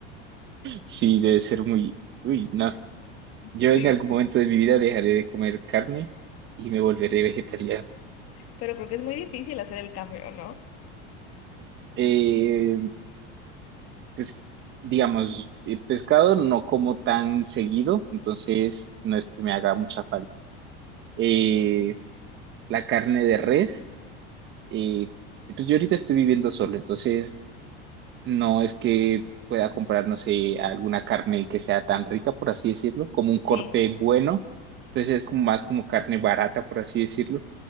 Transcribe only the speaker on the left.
Sí,
pero creo que es muy difícil hacer el cambio, ¿no?
Sí,